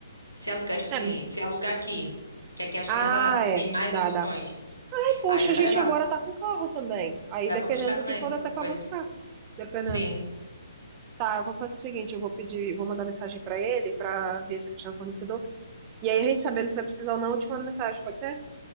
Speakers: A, on the left; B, on the right.
A: Se alugar, tipo assim,
B: É,
A: se alugar aqui, que aqui acho
B: Ah,
A: que é mais barato,
B: é,
A: tem mais
B: dá,
A: opções.
B: dá. Ai, poxa,
A: Aí dá
B: a
A: para
B: gente
A: levar,
B: agora tá com carro também. Aí,
A: dá
B: dependendo
A: para buscar também,
B: do que for,
A: qualquer
B: dá até pra
A: coisa.
B: buscar. Dependendo.
A: Sim,
B: Tá, eu vou fazer o seguinte, eu vou pedir, vou mandar mensagem pra ele pra ver se é questão do fornecedor. E aí, a gente sabendo se vai precisar ou não, eu te mando mensagem, pode ser?